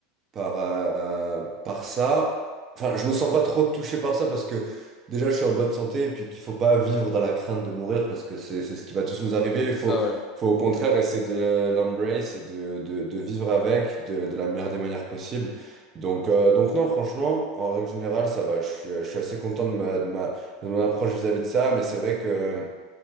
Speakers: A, on the right; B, on the left.
A: par, euh, par ça. Enfin, je me sens pas trop touché par ça parce que déjà je suis en bonne santé et puis qu'il faut pas vivre dans la crainte de mourir parce que c'est c'est ce qui va tous nous arriver.
B: C'est
A: Il faut,
B: ça, ouais.
A: faut au contraire essayer de l'embrace et de, de, de vivre avec de, de la meilleure des manières possibles. Donc, euh, donc non, franchement, en règle générale, ça va. Je suis, je suis assez content de ma, de ma, de mon approche vis-à-vis de ça, mais c'est vrai que.